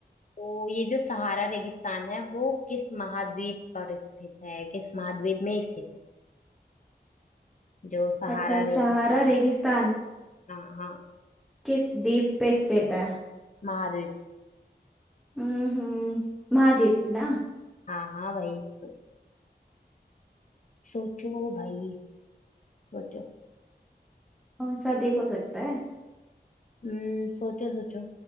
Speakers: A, on the left; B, in the centre.
A: तो ये जो सहारा रेगिस्तान है वो किस महाद्वीप पर स्थित है किस महाद्वीप में स्थित है जो सहारा
B: अच्छा
A: रेगिस्तान
B: सहारा रेगिस्तान
A: हाँ हाँ
B: किस द्वीप पे स्थित है
A: महाद्वीप
B: हम्म महाद्वीप ना
A: हाँ हाँ भाई सो, सोचो भाई सोचो
B: कौन सा द्वीप हो सकता है
A: हम्म सोचो सोचो